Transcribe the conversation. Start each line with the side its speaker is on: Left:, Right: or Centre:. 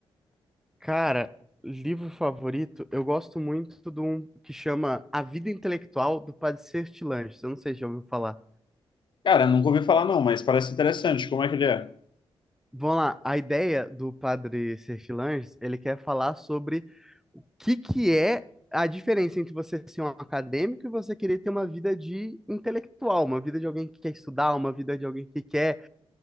Centre: Cara, livro favorito, eu gosto muito de um que chama A Vida Intelectual do Padre Sertilanges. Eu não sei se já ouviu falar.
Left: Cara, nunca ouvi falar, não, mas parece interessante. Como é que ele é?
Centre: Vamos lá, a ideia do Padre Sertilanges, ele quer falar sobre o que que é a diferença entre você ser um acadêmico e você querer ter uma vida de intelectual, uma vida de alguém que quer estudar, uma vida de alguém que quer